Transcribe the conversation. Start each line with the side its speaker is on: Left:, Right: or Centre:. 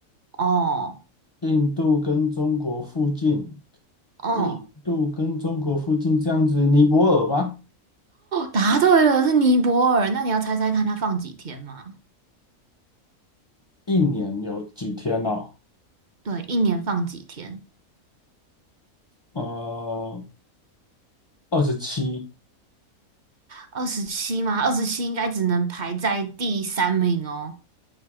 Right: 哦，
Left: 印度跟中国附近，
Right: 哦。
Left: 印度跟中国附近这样子，尼泊尔吗？
Right: 答对了，是尼泊尔。那你要猜猜看，它放几天吗？
Left: 一年有几天哦？
Right: 对，一年放几天？
Left: 呃，二十七，
Right: 二十七吗？二十七应该只能排在第三名哦。